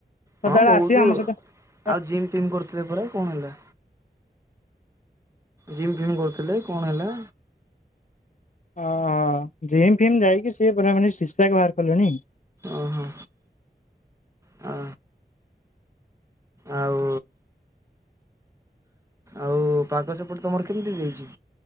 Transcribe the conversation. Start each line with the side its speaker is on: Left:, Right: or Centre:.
Left: ସଦାବେଳେ
Right: ହଁ ବହୁତ
Left: ଆସିବେ ଆମ ସହିତ
Right: ଆଉ ଜିମ୍ ଫିମ୍ କରୁଥିଲେ ପରା କଣ ହେଲା? ଜିମ୍ ଫିମ୍ କରୁଥିଲେ କଣ ହେଲା?
Left: ଓହ ଜିମ୍ ଫିମ୍ ଯାଇକି ସିଏ ପୁରା ମାନେ ସିକ୍ସ୍ ପ୍ୟାକ୍ ବାହାର କଲେଣି।
Right: ଓ ହୋ ହ ଆଉ ଆଉ ପାଗ ସେପଟ ତମର କେମିତି ଦେଇଛି?